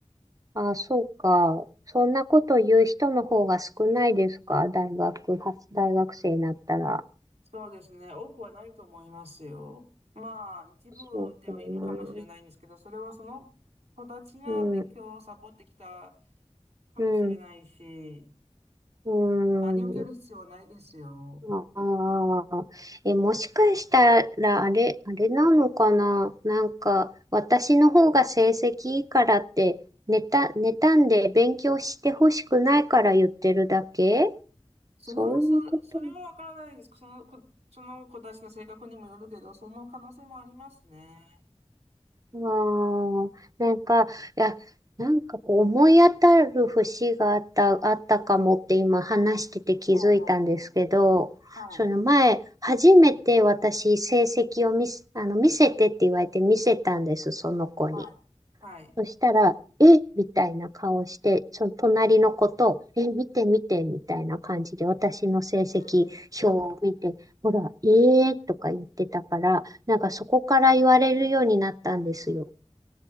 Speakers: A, on the right; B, on the right.
A: ああ、そうか。そんなこと言う人の方が少ないですか大学は、大学生になったら。
B: そうですね。多くはないと思いますよ。まあ、一部ではいるかもしれないんですけど、
A: そうかな。
B: それはその子たちが勉強をサボってきた
A: うん、
B: かもしれないし、
A: うん、う
B: 真に受ける必要はないですよ。
A: ん。ああ。え、もしかしたら、あれ、あれなのかななんか、私の方が成績いいからって、ねた、妬んで勉強してほしくないから言ってるだけ
B: それはそ、
A: そういうこと。
B: それはわからないです。その子、その子たちの性格にもよるけど、その可能性もありますね。
A: ああ、なんか、いや、なんかこう思い当たる節があった、あったかもって今話してて気づいたんですけど、
B: ほうほうほう。はい、
A: その前、初めて私成績を見せ、あの、見せてって言われて見せたんです、その子に。
B: はい、はい。
A: そしたら、えみたいな顔して、その隣の子と、え、見て見てみたいな感じで私の成績表を見て、
B: えー、
A: ほら、えーとか言ってたから、なんかそこから言われるようになったんですよ。